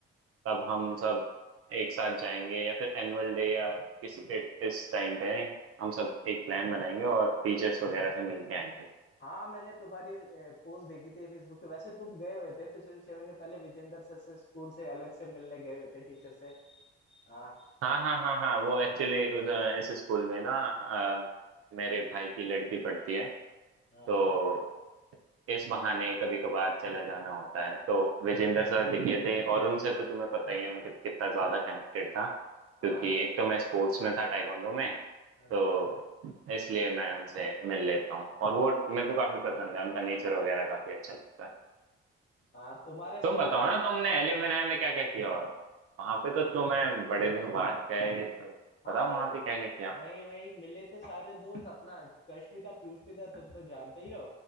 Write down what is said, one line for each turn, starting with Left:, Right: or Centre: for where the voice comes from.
Right: तब हम सब एक साथ जाएंगे या फिर एनुअल डे या किसी इ- इस टाइम पे हम सब एक प्लान बनाएंगे और टीचर्स वगैरह से मिल के आएंगे
Left: हाँ मैंने तुम्हारी पोस्ट देखी थी फेसबुक पे वैसे तुम गए हुए थे पिछले छह महीने पहले विजेंद्र सर से स्कूल से अलग से मिलने गए हुए थे टीचर से हाँ
Right: हाँ हाँ हाँ हाँ वो एक्चुअली उस इस स्कूल में ना अ, मेरे भाई की लड़की पढ़ती है
Left: हाँ
Right: तो इस बहाने कभी कभार चला जाना होता है तो विजेंद्र सर दिखे थे और उनसे तो तुम्हें पता ही है मैं कित, कितना ज्यादा कनेक्टेड था
Left: हाँ
Right: क्योंकि
Left: नहीं
Right: एक तो मैं स्पोर्ट्स में था टाइकोंडो में
Left: हाँ
Right: तो इसलिए मैं उनसे मिल लेता हूँ और वो मेरे को काफी पसंद है उनका नेचर वगैरह काफी अच्छा लगता है
Left: हाँ तुम्हारे स्कूल
Right: तुम बताओ
Left: तो
Right: ना तुमने एलिमनाई में क्या क्या किया और वहां पे तो तुम्हें बड़े दिन बाद गए तो
Left: हाँ
Right: बताओ
Left: नहीं
Right: वहां
Left: वो
Right: पे क्या क्या किया
Left: वही वही मिले थे सारे दोस्त अपना उत्कर्ष भी था पीयूष भी था तुम तो जानते ही हो